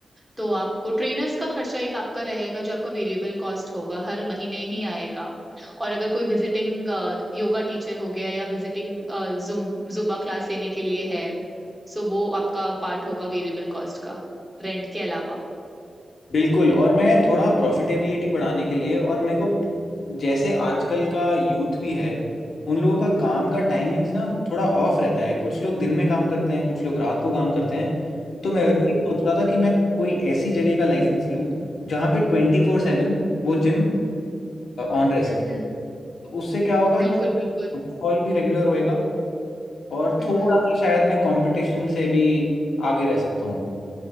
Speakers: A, in the centre; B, on the left (about 75°).
A: तो आपको ट्रेनर्स का खर्चा एक आपका रहेगा जो आपका वेरिएबल कॉस्ट होगा हर महीने ही आएगा और अगर कोई विजिटिंग योगा टीचर हो गया या विजिटिंग जुम जुम्बा क्लास लेने के लिए है सो वो आपका पार्ट होगा वेरिएबल कॉस्ट का रेंट के अलावा
B: बिल्कुल और मैं थोड़ा प्रॉफिटेबिलिटी बढ़ाने के लिए और मेरे को जैसे आजकल का यूथ भी है उन लोगों का काम का टाइमिंग्स ना थोड़ा ऑफ रहता है कुछ लोग दिन में काम करते हैं कुछ लोग रात को काम करते हैं तो मैं वैसे ही सोच रहा था कि मैं कोई ऐसी जगह का लाइसेंस लूँ जहाँ पे ट्वेंटी फोर सेवन वो जिम ऑन रह सके
A: हम्म हम्म,
B: तो उससे क्या होगा
A: बिल्कुल
B: कि
A: बिल्कुल
B: फुटफॉल भी रेगुलर होएगा और
A: हम्म
B: थोड़ा
A: हम्म
B: सा शायद मैं कंपटीशन से भी आगे रह सकता